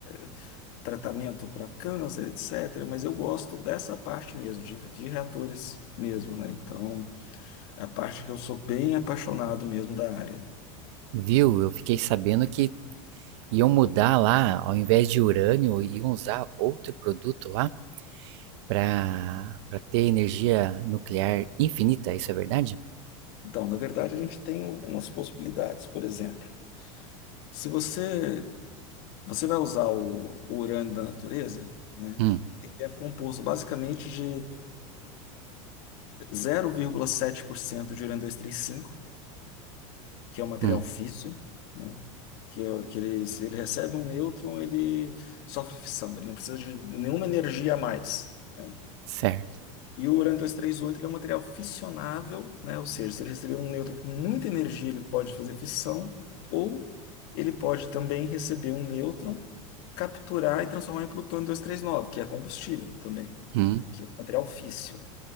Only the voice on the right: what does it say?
viu? Eu fiquei sabendo que iam mudar lá, ao invés de urânio, iam usar outro produto lá. para pra ter energia nuclear infinita, isso é verdade?
Hum,
hum,
certo.
Hum,